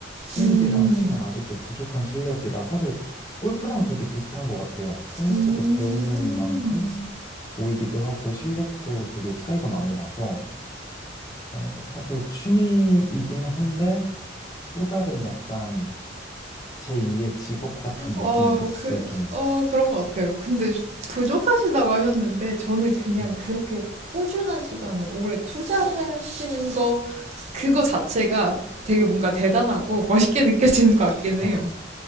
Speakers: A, on the left; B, on the right.
A: 친구들이랑
B: 음.
A: 치면 아직도 부족한 실력이라 사실 골프랑 되게 비슷한 것 같아요. 테니스도
B: 음.
A: 배우는 만큼 보이기도 하고 실력도 되게 차이가 많이 나서 어, 사실 취미이긴 한데 또 다른 약간 제2의 직업 같은 느낌으로
B: 어,
A: 치고
B: 그,
A: 있긴 해요.
B: 어, 그런 것 같아요. 근데 부족하시다고 하셨는데, 저는 그냥
A: 네.
B: 그렇게 꾸준한 시간을 오래 투자하시는 거, 그거 자체가 되게 뭔가 대단하고 멋있게 느껴지는 것 같긴 해요.
A: 아,